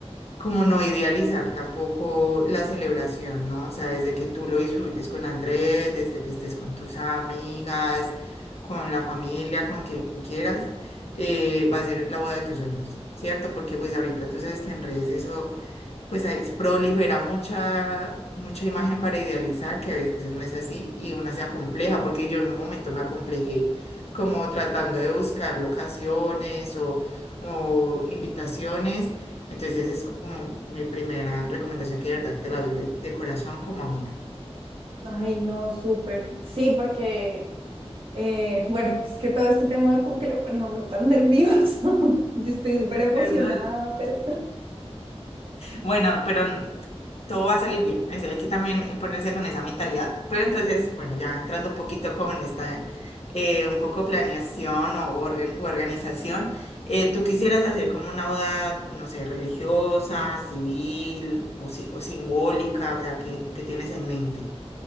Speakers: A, on the left; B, on the right.
A: como no idealizar tampoco la celebración, ¿no? O sea, desde que tú lo disfrutes con Andrés, desde que estés con tus amigas, con la familia, con quien quieras, eh, va a ser la boda de tus sueños, ¿cierto? Porque pues ahorita tú sabes que en redes eso pues ahí se prolifera mucha, mucha imagen para idealizar, que a veces no es así, y una se acompleja, porque yo en un momento me acomplejé como tratando de buscar locaciones o, o invitaciones. Entonces es como mi primera recomendación que de verdad te la doy de, de corazón como amiga.
B: <laughs> Ay, no, súper. Sí, porque, eh, bueno, es que todo este tema como que lo pone a uno tan nervioso. <laughs> Yo estoy súper
A: Es
B: emocionada,
A: verdad,
B: pero...
A: Bueno, pero n- todo va a salir bien. Eso hay que también eh, ponerse con esa mentalidad. Pero entonces, bueno, ya entrando un poquito como en esta, eh, un poco planeación o organ- u organización, eh, ¿tú quisieras hacer como una boda, no sé, religiosa, civil o, si- o simbólica? O sea, ¿qué, qué tienes en mente?